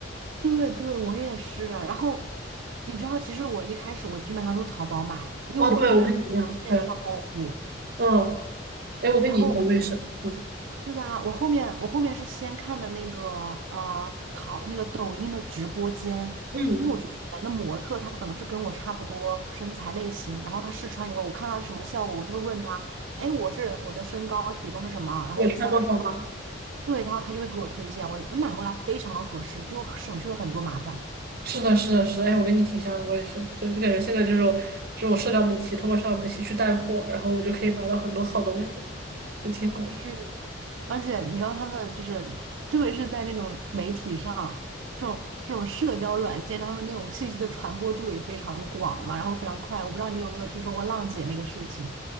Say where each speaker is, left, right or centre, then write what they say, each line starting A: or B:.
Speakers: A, on the right; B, on the right.
A: 对对，我也是。然后你知道，其实我一开始我基本上都淘宝买，因为我这个人
B: 哦，对，我跟你一样，
A: 线上购物，
B: 对。嗯，哎，我跟你一样，
A: 然后
B: 我也是，嗯
A: 对吧？我后面我后面是先看的那个呃淘那个抖音的直播间，
B: 嗯，
A: 因为我觉得里面的模特她可能是跟我差不多身材类型，然后她试穿以后，我看她是什么效果，我就会问她，哎，我是我的身高体重是什么，然后我的三围是什么，
B: 你也穿多少吗？
A: 对，然后她就会给我推荐，我买回来非常合适，就省去了很多麻烦。
B: 是的，是的，是的，哎，我跟你挺像的，我也是，就就感觉现在这种这种社交媒体，通过社交媒体去带货，然后我就可以买到很多好东西，就挺好的。
A: 是，而且你知道他们就是，特别是在那种媒体上，这种这种社交软件上，他们那种信息的传播度也非常广嘛，然后非常快。我不知道你有没有听说过浪姐那个事情，